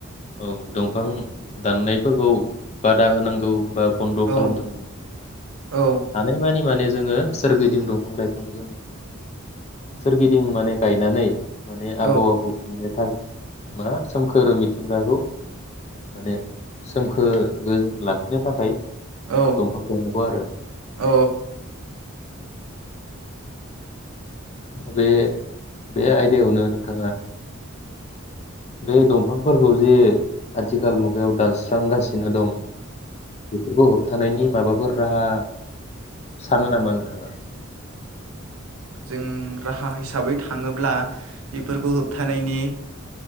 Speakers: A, on the left; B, on the right.
A: औ दंफां दाननायफोरखौ बादा होनांगौ बा बन्द'
B: औ
A: खालामनांगौ
B: औ
A: हानायमानि माने जोङो सोरगिदिं दंफां लाइफांजों सोरगिदिं माने गायनानै माने
B: औ
A: आब' आबौ मान मा सोमखोर मिथिंगाखौ माने सोमखोरै लाखिनो थाखाय
B: औ
A: दंफां दङबा आरो
B: औ
A: बे बे आयदायावनो नोंथाङा बे दंफांफोरखौ जे आथिखाल मुगायाव दानस्रांगासिनो नोदं बेफोरखौ हो थानायनि माबाफोर राहा सानो नामा नोंथाङा
B: जों राहा हिसाबै थाङोब्ला बेफोरखौ होबथानायनि